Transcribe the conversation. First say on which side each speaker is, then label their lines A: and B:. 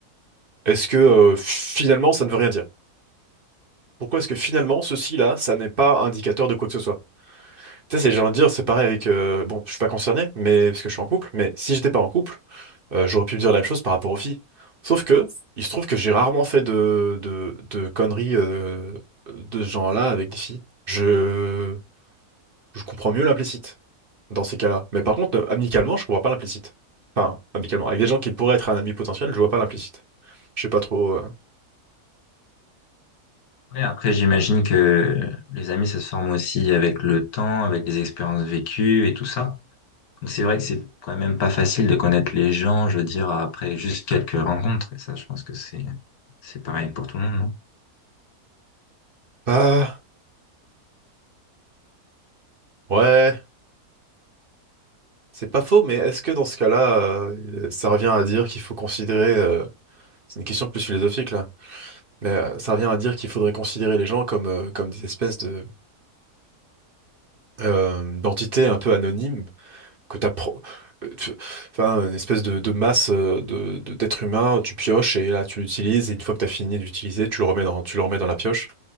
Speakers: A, on the right (about 45°); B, on the left (about 70°).
A: est-ce que euh, finalement ça ne veut rien dire? Pourquoi est-ce que finalement ceci-là, ça n'est pas indicateur de quoi que ce soit? Tu sais, c'est genre de dire, c'est pareil avec, euh, bon, je suis pas concerné, mais parce que je suis en couple, mais si j'étais pas en couple, Euh, j'aurais pu me dire la même chose par rapport aux filles. Sauf que, il se trouve que j'ai rarement fait de, de, de conneries euh, de ce genre-là avec des filles. Je, je comprends mieux l'implicite dans ces cas-là. Mais par contre, euh, amicalement, je comprends pas l'implicite. Enfin, amicalement. Avec des gens qui pourraient être un ami potentiel, je vois pas l'implicite. Je sais pas trop. euh.
B: Ouais, après, j'imagine que les amis, ça se forme aussi avec le temps, avec les expériences vécues et tout ça. Donc, c'est vrai que c'est quand même pas facile de connaître les gens, je veux dire, après juste quelques rencontres. Et ça, je pense que c'est, c'est pareil pour tout le monde, non?
A: Ah, ouais, c'est pas faux, mais est-ce que dans ce cas-là, euh, ça revient à dire qu'il faut considérer. euh, C'est une question plus philosophique là. Mais euh, ça revient à dire qu'il faudrait considérer les gens comme, euh, comme des espèces de euh, d'entités un peu anonymes que t'as pro- euh, tu- enfin une espèce de, de masse euh, de, de- d'êtres humains tu pioches et là tu l'utilises et une fois que tu as fini de l'utiliser tu le remets dans tu le remets dans la pioche